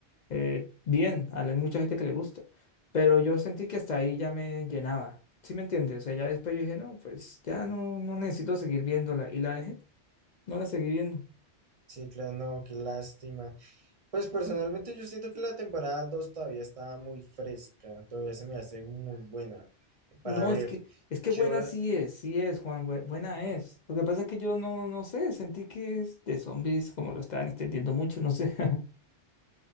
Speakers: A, on the left; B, on the right.
A: eh, bien, a la- hay mucha gente que le gusta. Pero yo sentí que hasta ahí ya me llenaba. ¿Sí me entiendes? O sea, ya después yo dije, no, pues ya no, no necesito seguir viéndola. Y la dejé, no la seguí viendo.
B: Sí, claro, no, qué lástima. Pues personalmente yo siento que la temporada 2 todavía está muy fresca, todavía se me hace muy buena para
A: No,
B: ver.
A: es que, es que
B: Yo,
A: buena
B: la-
A: sí es, sí es, Juan, bue- buena es. Lo que pasa es que yo no, no sé, sentí que es de zombies, como lo estaban extendiendo mucho, no sé. <laughs>